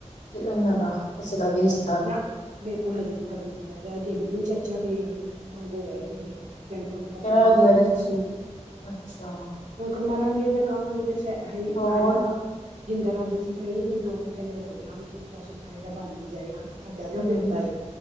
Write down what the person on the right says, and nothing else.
ਨਾ ਮੇਰੇ ਕੋਲ ਹਜੇ ਤੱਕ ਨੀ ਆਇਆ ਰਹਿ ਗ ਬਿੱਲੂ ਚਾਚਾ ਤੇ ਮੰਗੋ ਰਹਿ ਗਈ ਹੈ। ਹੇਮਕੁੰਟ ਦੇ ਦਰਸ਼ਨ
ਮੰਮੀ
ਨੇ ਦੱਸਤਾ
ਸੀ।
ਹੁਣ ਮਰਾਂਗੇ ਤੇ ਕਵਾਂਗੇ ਤੇ ਸ ਹੈ ਹੀ
ਮੈਂ ਨਹੀਂ ਕ ਜਿੰਦਰ ਆਉਂਦੀ ਸੀ ਪਈ ਵੀ ਦੋ ਕੁ ਦਿਨ ਰੁਕ ਜਾ ਵੀ ਕੀ ਪਤਾ ਉਸੇ ਸਾਈਡ ਦਾ ਬਣ ਈ ਜਾਏ। ਭੱਜਾ ਜਾ
ਫਿਰਦਾ ਏ